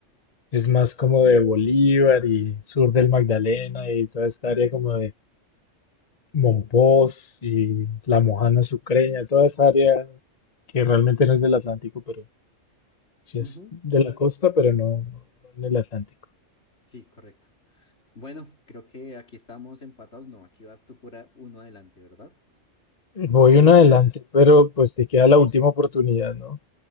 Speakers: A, on the left; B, on the left.
A: es más como de Bolívar y sur del Magdalena y toda esta área como de Mompós y La Mojana Sucreña, toda esa área que realmente no es del Atlántico, pero sí es
B: Ujú,
A: de la costa, pero no no en el Atlántico.
B: Sí, correcto. Bueno, creo que aquí estamos empatados. No, aquí vas tú por a- uno adelante, ¿verdad?
A: Voy
B: Pero,
A: uno adelante, pero pues te queda la última oportunidad, ¿no?